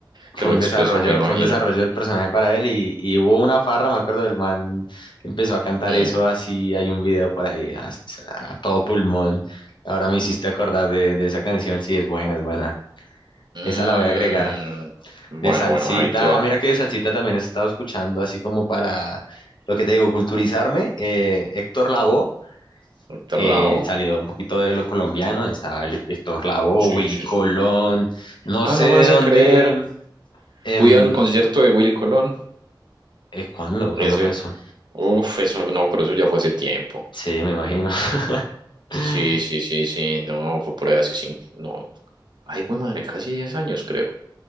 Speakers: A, on the left; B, on the right.
A: fue
B: que lo
A: un
B: expresó,
A: desarrollo,
B: me imagino.
A: fue un desarrollo del personaje para él y, y hubo una farra, me acuerdo, el man empezó a cantar
B: Mm,
A: eso así, hay un video por ahí así, a, todo pulmón. Ahora me hiciste acordar de, de esa canción, sí, es buena, es buena.
B: mm.
A: Esa la voy a agregar.
B: Bueno,
A: De salsita,
B: bueno, ahí te va.
A: mira que de salsita también he estado escuchando, así como para lo que te digo, culturizarme. eh, Héctor Lavoe,
B: Otro
A: eh,
B: lado.
A: salido un poquito de lo colombiano, estaba el- Héctor Lavoe,
B: Sí,
A: Willy
B: sí,
A: Colón,
B: sí.
A: no
B: Ah,
A: sé
B: no
A: de
B: me vas
A: dónde,
B: a creer.
A: em,
B: Fui al concierto de Willy Colón.
A: eh, ¿cuándo? ¿Cuándo
B: Ese.
A: fue eso?
B: Uf, eso no, pero eso ya fue hace tiempo.
A: Sí, me imagino. <laughs>
B: Sí, sí, sí, sí. No, fue por ahí hace cinco. No. Ay, güey, madre, casi 10 años, creo.